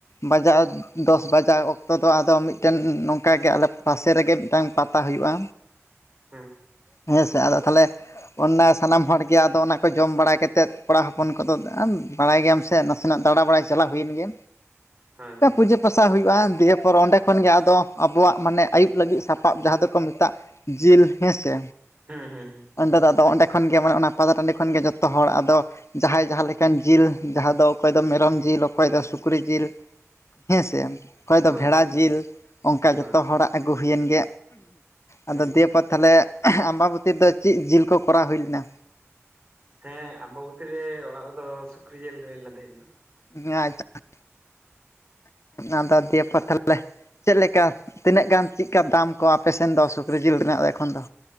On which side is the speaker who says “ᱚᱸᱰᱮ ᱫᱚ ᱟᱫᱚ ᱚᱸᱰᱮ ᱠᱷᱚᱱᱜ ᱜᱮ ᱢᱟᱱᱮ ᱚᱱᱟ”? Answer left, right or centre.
Left